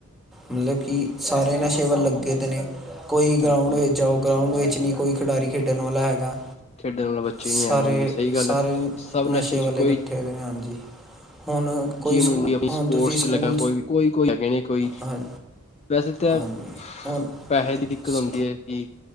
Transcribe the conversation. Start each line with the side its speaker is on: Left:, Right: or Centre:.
Centre: ਮਤਲਬ ਕਿ ਸਾਰੇ ਨਸ਼ੇ ਵੱਲ ਲੱਗੇ ਦੇ ਨੇ, ਕੋਈ ਗਰਾਊਂਡ
Left: ਹਾਂਜੀ
Centre: ਵਿੱਚ
Left: ਹਾਂਜੀ
Centre: ਜਾਓ ਗਰਾਊਂਡ ਵਿੱਚ ਨਹੀਂ ਕੋਈ ਖਿਡਾਰੀ ਖੇਡਣ ਵਾਲਾ ਹੈਗਾ
Left: ਖੇਡਣ ਵਾਲਾ ਬੱਚੇ
Centre: ਸਾਰੇ
Left: ਨਹੀਂ ਹੈ ਕੋਈ ਵੀ ਸਹੀ
Centre: ਸਾਰੇ
Left: ਗੱਲ ਹੈ ਸਭ
Centre: ਨਸ਼ੇ
Left: ਚ
Centre: ਵਾਲੇੱ
Left: ਕੋਈ
Centre: ਬੱਠੇ ਹੋ ਨੇ ਹਾਂਜੀ ਹੁਣ, ਕੋਈ
Left: ਜਿਮ
Centre: ਸਕੂ
Left: ਇਡੀ
Centre: ਹੁਣ
Left: ਸਪੋਰਟਸ
Centre: ਤੁਸੀਂ ਸਕੂਲ
Left: ਚ ਲੱਗਾ ਕੋਈ ਵੀ ਕੋਈ ਕੋਈ ਹੈਗੇਨੇ ਕੋਈ
Centre: ਹਾਂ
Left: ਵੈਸੇ ਤਾਂ
Centre: ਹਾਂਜੀ ਹੁਣ
Left: ਪੈਸੇ ਦੀ ਦਿੱਕਤ
Centre: ਸ-
Left: ਹੁੰਦੀ ਹੈ ਕਿ